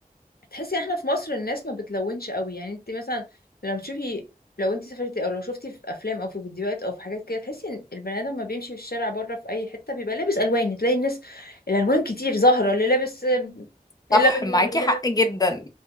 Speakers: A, on the left; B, on the left.
A: تحسي احنا في مصر الناس ما بتلونش قوي يعني انت مثلا لما تشوفي لو انت سافرتي او لو شفتي في افلام او في فيديوهات او في حاجات كده تحسي ان البني ادم ما بيمشي في الشارع بره في اي حته بيبقى لابس الوان تلاقي الناس الالوان كتير ظاهره اللي لابس آه، اللبني
B: صح معاكي
A: واللي
B: حق
A: لابس
B: جدا